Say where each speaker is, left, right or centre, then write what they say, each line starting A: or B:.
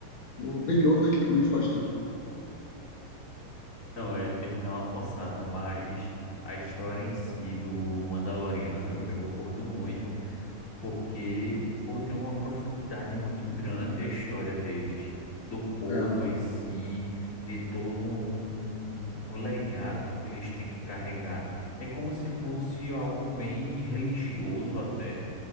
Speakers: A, on the left (about 70°); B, on the left (about 25°).
A: O Baby Yoda que para mim faz tudo.
B: Não, é, ele, ele dá uma forçada, mas a história em si do Mandaloriano eu, eu curto muito, porque pô, tem uma profundidade muito grande a história deles, do povo
A: É,
B: em si, de todo um, um, um legado que eles têm que carregar. É como se fosse algo bem religioso até,